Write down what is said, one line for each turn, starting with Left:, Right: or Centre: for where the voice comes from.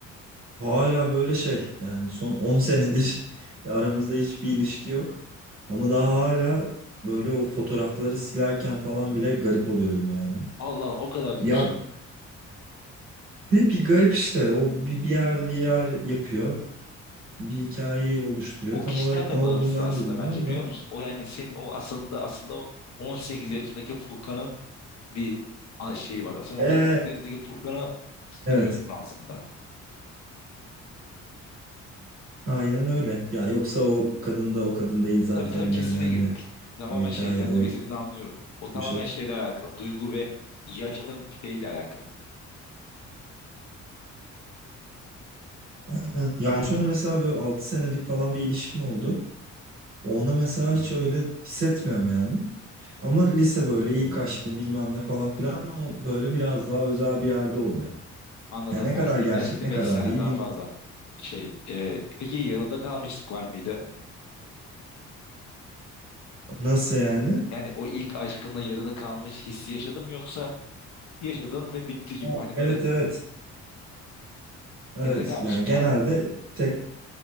Right: Hala böyle şey yani son 10 senedir <laughs> ya aramızda hiçbir ilişki yok. Ama daha hala böyle o fotoğrafları silerken falan bile garip oluyorum yani.
Left: Allah Allah, o kadar diyorsun.
Right: Ya bir, bir garip işte o bir, bir yerde bir yer yapıyor. Bir hikayeyi oluşturuyor.
Left: O
Right: Tam
Left: kişiden
Right: olarak
Left: de
Right: ne olduğunu
Left: bağımsız
Right: ben
Left: aslında
Right: de bilmiyorum
Left: bence biliyor
Right: da.
Left: musun? O yani senin o aslında aslında o 18 yaşındaki Furkan'ın bir a- şeyi var. Sen oradaki
Right: Ee,
Left: 18 yaşındaki Furkan'ı hissediyorsun
Right: evet
Left: aslında.
Right: aynen öyle. Ya yoksa o kadın da o kadın değil zaten
Left: Tabii tabii kesinlikle
Right: yani hani
Left: tamamen
Right: o hikayede
Left: şey ben
Right: o
Left: demek istediğini anlıyorum. O tamamen
Right: bir şey.
Left: şeyle alakalı. Duygu ve yaşın şeyle alakalı.
Right: Aynen. Ya ondan sonra mesela böyle 6 senelik falan bir ilişkim oldu. Ona mesela hiç öyle hissetmiyorum yani. Ama lise böyle ilk aşkım bilmem ne falan filan o böyle biraz daha özel bir yerde oluyor.
Left: Anladım.
Right: Ya ne
Left: O
Right: kadar
Left: ilk
Right: gerçek
Left: aşk demek
Right: ne kadar
Left: sana
Right: değil
Left: daha
Right: bin.
Left: fazla şey. e, peki yarıda kalmışlık var mıydı?
Right: Nasıl yani?
Left: Yani o ilk aşkınla yarıda kalmış hissi yaşadın mı yoksa yaşadın ve bitti gibi.
Right: Evet.
Left: Hani
Right: Evet
Left: böyle
Right: evet. Evet.
Left: yarıda kalmış
Right: Yani
Left: mı
Right: genelde
Left: vardı?
Right: tek,